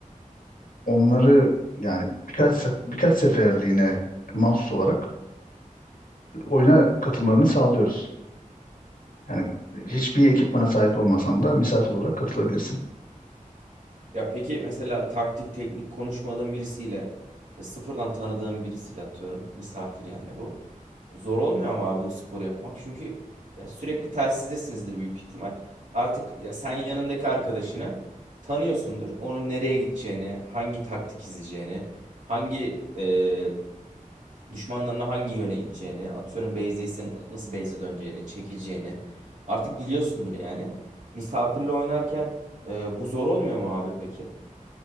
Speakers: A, on the left; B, on the right.
A: Onları yani birkaç sef- birkaç seferliğine mahsus olarak oyuna katılmalarını sağlıyoruz. Yani hiçbir ekipmana sahip olmasan da misafir olarak katılabilirsin.
B: Ya peki mesela taktik teknik konuşmadığın birisiyle ve sıfırdan tanıdığın birisiyle atıyorum misafir yani bu. Zor olmuyor ama abi bu sporu yapmak çünkü ya sürekli telsizdesinizdir büyük ihtimal. Artık ya sen yanındaki arkadaşını tanıyorsundur. Onun nereye gideceğini, hangi taktik izleyeceğini, hangi e, düşmanlarına hangi yöne iteceğini, atıyorum base'deysen nasıl base'e döneceğini, çekileceğini artık biliyorsundur yani. Misafirle oynarken e, bu zor olmuyor mu abi peki?